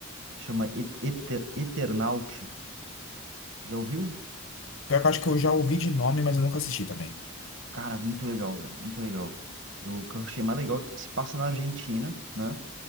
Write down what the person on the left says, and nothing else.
Pior que eu acho que eu já ouvi de nome, mas eu nunca assisti também.